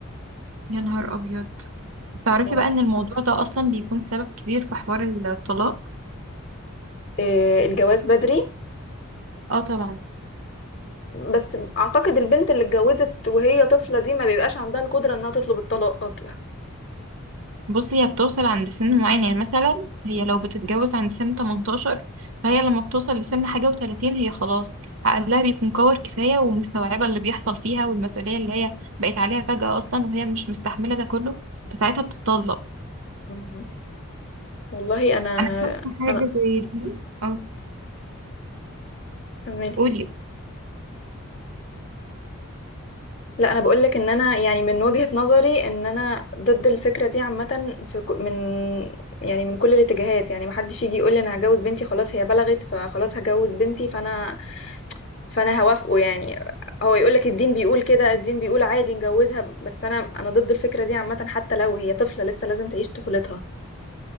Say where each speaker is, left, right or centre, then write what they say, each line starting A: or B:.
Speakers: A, on the right; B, on the left.
A: يا نهار أبيض تعرفي
B: واو.
A: بقى إن الموضوع ده أصلا بيكون سبب كبير في حوار الطلاق
B: آه، الجواز بدري
A: اه طبعا
B: بس اعتقد البنت اللي اتجوزت وهي طفله دي ما بيبقاش عندها القدره انها تطلب الطلاق اصلا
A: بصي هي بتوصل عند سن معين يعني مثلا هي لو بتتجوز عند سن 18 فهي لما بتوصل لسن حاجة وتلاتين هي خلاص عقلها بيكون كور كفاية ومستوعبة اللي بيحصل فيها والمسؤولية اللي هي بقت عليها فجأة أصلا وهي مش مستحملة ده كله فساعتها بتطلق
B: مم. والله انا
A: أنا شفت حاجة
B: انا
A: زي دي أه
B: فهماني
A: قولي
B: لا انا بقول لك ان انا يعني من وجهة نظري ان انا ضد الفكرة دي عامة في ك- من يعني من كل الاتجاهات يعني محدش يجي يقول لي انا هجوز بنتي خلاص هي بلغت فخلاص هجوز بنتي فانا فانا هوافقه يعني هو يقول لك الدين بيقول كده الدين بيقول عادي نجوزها بس انا انا ضد الفكرة دي عامة حتى لو هي طفلة لسه لازم تعيش طفولتها